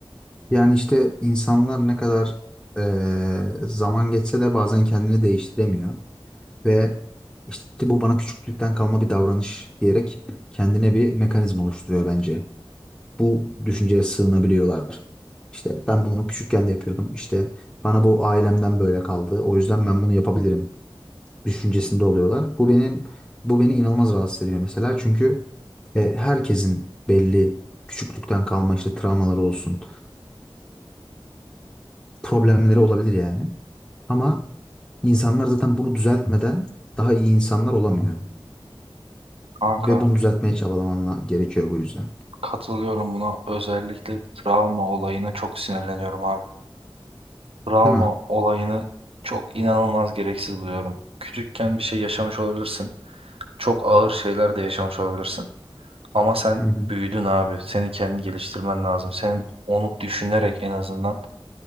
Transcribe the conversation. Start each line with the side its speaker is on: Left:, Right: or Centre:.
Centre: Yani işte insanlar ne kadar eee, zaman geçse de bazen kendini değiştiremiyor ve işte bu bana küçüklükten kalma bir davranış diyerek kendine bir mekanizma oluşturuyor bence. Bu düşünceye sığınabiliyorlar. İşte ben bunu küçükken de yapıyordum. İşte bana bu ailemden böyle kaldı. O yüzden ben bunu yapabilirim düşüncesinde oluyorlar. Bu benim bu beni inanılmaz rahatsız ediyor mesela. Çünkü e, herkesin belli küçüklükten kalma işte travmaları olsun problemleri olabilir yani. Ama insanlar zaten bunu düzeltmeden daha iyi insanlar olamıyor.
Right: Kanka
Centre: Ve bunu düzeltmeye çabalaman la- gerekiyor bu yüzden.
Right: Katılıyorum buna. Özellikle travma olayına çok sinirleniyorum abi. Travma
Centre: Değil mi?
Right: olayını çok inanılmaz gereksiz buluyorum. Küçükken bir şey yaşamış olabilirsin. Çok ağır şeyler de yaşamış olabilirsin. Ama sen
Centre: Hı hı.
Right: büyüdün abi. Senin kendini geliştirmen lazım. Senin onu düşünerek en azından